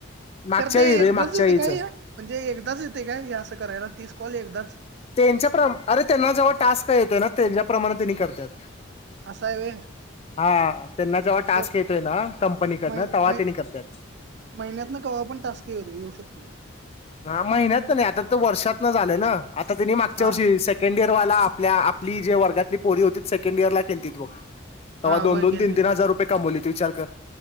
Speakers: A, on the left (about 30°); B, on the right (about 55°).
A: मागच्या
B: खरं ते
A: वेळी रे
B: एकदाच
A: मागच्या
B: येतय
A: वेळीचं
B: काय म्हणजे एकदाच येतय काय हे असं करायला. तीस कॉल एकदाच
A: त्येंच्या प्र अरे त्यांना जेव्हा टास्क येतोय ना त्यांज्याप्रमाणे त्यांनी करतात.
B: असा आहे व्हय
A: हा त्यांना जेव्हा
B: म्हणजे
A: टास्क येतोय ना कंपनीकडनं
B: मै
A: तेव्हा
B: मै
A: त्यांनी करतात.
B: महिन्यातन कवा पण टास्क येऊ शकतोय तो.
A: हा महिन्यातन नाय आता वर्षातन झालं ना आता त्यांनी मागच्या
B: हा
A: वर्षी सेकंड इयरवाला पल्या आपली जे वर्गातली पोरी होती सेकंडइयरला केलतीत बघ तवा
B: हा
A: दोन
B: वय
A: दोन
B: केलतीत
A: तीन तीन हजार रुपये कमवलीत. विचार कर